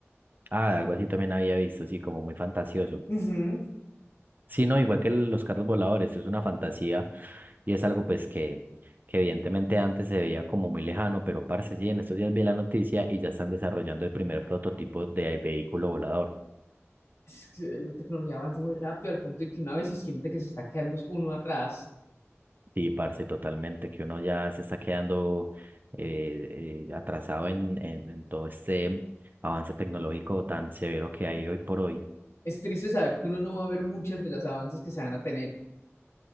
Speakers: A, on the right (about 40°); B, on the left (about 65°).
A: Ah, algo así también había visto, sí, como muy fantasioso.
B: Ujú.
A: Sí, no, igual que el- los carros voladores, es una fantasía y es algo pues que, que evidentemente antes se veía como muy lejano, pero parce, sí, en estos días vi la noticia y ya están desarrollando el primer prototipo de vehículo volador.
B: Es que la tecnología avanza muy rápido al punto de que una vez se siente que se está quedando uno atrás.
A: Sí, parce, totalmente, que uno ya se está quedando eh, eh, atrasado en, en, en todo este avance tecnológico tan severo que hay hoy por hoy.
B: Es triste saber que uno no va a ver muchas de las avances que se van a tener.